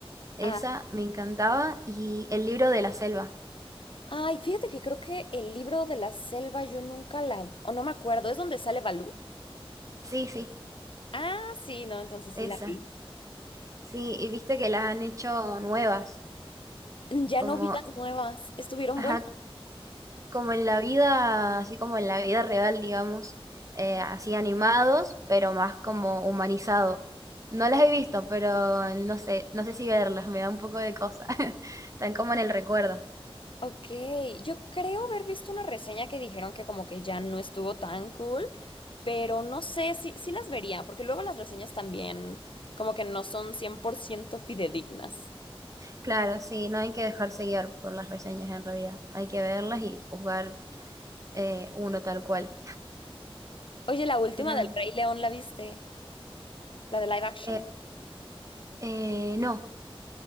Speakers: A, on the right (about 35°); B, on the left (about 60°).
A: Esa
B: Ah,
A: me encantaba y El libro de la selva.
B: ay, fíjate que creo que el libro de la selva yo nunca la, o no me acuerdo, ¿es donde sale Balú?
A: Sí, sí,
B: Ah, sí, no, entonces sí
A: esa.
B: la vi.
A: Sí, y viste que las han hecho nuevas,
B: Ya
A: como,
B: no vi las nuevas, estuvieron
A: ajá,
B: buenas.
A: como en la vida, así como en la vida real, digamos, eh, así animados, pero más como humanizado. No las he visto, pero no sé, no sé si verlas, me da un poco de cosa. <laughs> Están como en el recuerdo.
B: Ok, yo creo haber visto una reseña que dijeron que como que ya no estuvo tan cool, Pero no sé, sí, sí las vería, porque luego las reseñas también como que no son 100% fidedignas.
A: Claro, sí, no hay que dejarse guiar por las reseñas en realidad. Hay que verlas y juzgar eh, uno tal cual.
B: Oye, la última
A: Pero
B: del Rey León, ¿la viste? La de live action.
A: eh, eh, no.